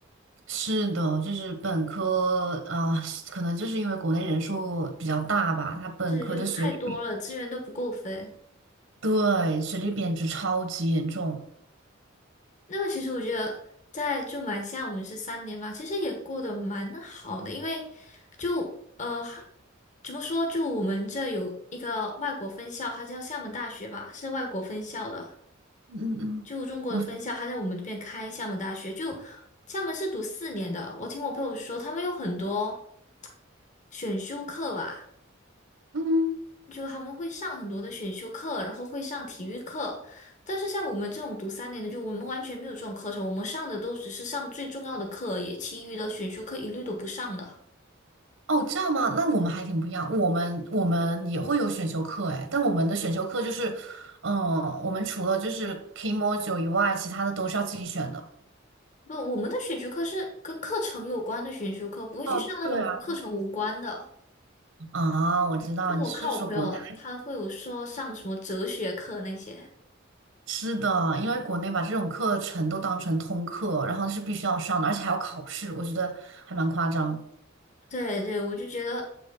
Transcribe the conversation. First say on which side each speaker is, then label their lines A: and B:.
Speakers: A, on the right; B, on the left.
A: 是的，就是本科啊，可能就是因为国内人数比较大吧，他本科的学历，
B: 是就太多了，资源都不够分。
A: 对，学历贬值超级严重。
B: 那么其实我觉得在就马来西亚我们是三年嘛，其实也过得蛮好的，因为就呃怎么说，就我们这有一个外国分校，它叫厦门大学吧，是外国分校的，
A: 嗯嗯，
B: 就中国的分校，
A: 我
B: 它在我们这边开厦门大学，就厦门是读四年的，我听我朋友说，他们有很多。选修课吧，
A: 嗯。
B: 就他们会上很多的选修课，然后会上体育课。但是像我们这种读三年的，就我们完全没有这种课程，我们上的都只是上最重要的课而已，其余的选修课一律都不上的。
A: 哦，这样吗？那我们还挺不一样。我们我们也会有选修课，哎，但我们的选修课就是，嗯，我们除了就是 k m o j o 以外，其他的都是要自己选的。
B: 不，我们的选修课是跟课程有关的选修课，不会去上那种跟课程无关的。
A: 哦，对啊，啊，我知道你是说国内
B: 就我看我朋友，他会有说上什么哲学课那些。
A: 是的，因为国内把这种课程都当成通课，然后是必须要上的，而且还要考试，我觉得还蛮夸张。
B: 对对，我就觉得